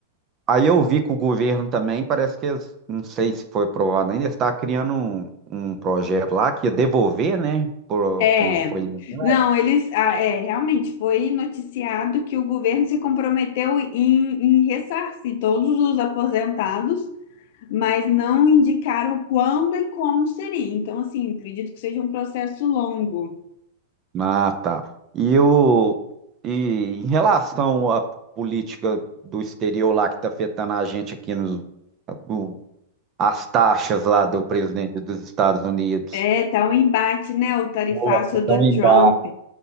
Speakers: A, on the right (about 25°); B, on the left (about 50°).
A: aí eu vi que o governo também, parece que eles, não sei se foi aprovado ainda, está criando um, um projeto lá que ia devolver, né, por
B: É,
A: quem foi lesado.
B: não, eles, ah, é, realmente foi noticiado que o governo se comprometeu em, em ressarcir todos os aposentados mas não indicaram quando e como seria. Então, assim, acredito que seja um processo longo.
A: Ah, tá. E, o, e em relação à política do exterior lá que está afetando a gente aqui nos, o- as taxas lá do presidente dos Estados Unidos.
B: É, tá um embate, né? O tarifaço
A: Nossa,
B: do
A: tão embaixo.
B: Trump,